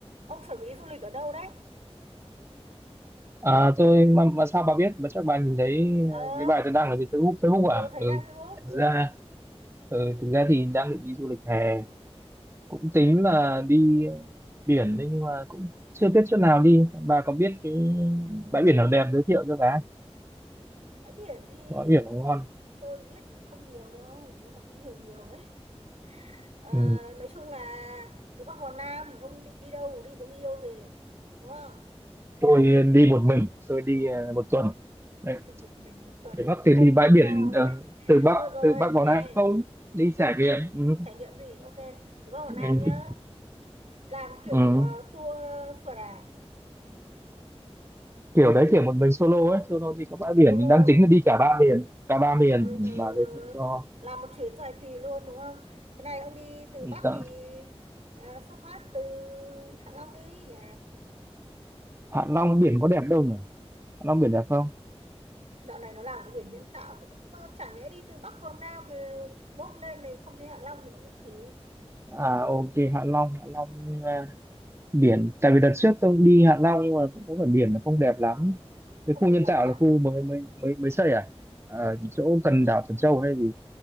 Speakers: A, on the right; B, on the right.
A: ông chuẩn bị đi du lịch ở đâu đấy
B: À, tôi mà, mà sao bà biết? Mà chắc bà nhìn thấy
A: ờ
B: ờ, cái bài tôi đăng ở trên Facebook Facebook
A: ờ
B: à?
A: thấy
B: Ừ,
A: đăng Facebook
B: thực
A: ừ
B: ra ừ, thực ra thì đang định đi du lịch hè cũng tính là đi biển đấy nhưng mà cũng chưa biết chỗ nào đi. Bà có biết cái bãi biển nào đẹp giới thiệu cho bà?
A: bãi biển thì
B: Bãi biển nào ngon?
A: tôi biết không nhiều đâu nhưng mà cũng nhiều nhiều đấy Ờ,
B: Ừ.
A: nói chung là từ Bắc vào Nam ông định đi đâu đi với người yêu gì đúng không
B: Tôi đi một mình, tôi đi ờ, một tuần. Đấy,
A: đi một mình một tuần
B: từ Bắc
A: bị
B: thì đi
A: hâm
B: bãi
A: hay
B: biển
A: sao
B: ờ,
A: đấy
B: từ Bắc
A: thôi rồi
B: từ Bắc
A: như
B: vào
A: này
B: Nam không? Đi trải nghiệm. Ừ.
A: trải nghiệm gì ok từ Bắc vào
B: Ừ.
A: Nam nhá làm kiểu
B: Ừ.
A: ờ, tour phượt à
B: kiểu đấy kiểu một mình solo ấy solo đi các bãi biển
A: solo
B: mình đang tính là đi cả ba miền cả ba
A: rồi
B: miền
A: rồi
B: và
A: rồi
B: giới
A: rồi
B: thiệu cho
A: làm một chuyến dài kỳ luôn đúng không thế này ông đi từ
B: ừ,
A: Bắc
B: sợ
A: thì ờ, xuất phát từ Hạ Long đi nhỉ
B: Hạ Long biển có đẹp đâu nhỉ Hạ Long biển đẹp không
A: dạo này nó làm cái biển nhân tạo cũng ờ, chả nhẽ đi từ Bắc vào Nam ờ, bốt lên này không thấy Hạ Long thì nó cũng kỳ
B: à ok Hạ Long Hạ Long à, biển tại vì đợt trước tôi cũng đi Hạ Long nhưng mà cũng có phải biển nó không đẹp lắm cái
A: không
B: khu
A: đẹp
B: nhân
A: lắm
B: tạo
A: á
B: là khu mới mới mới mới xây à, ở chỗ gần đảo Thần Châu hay gì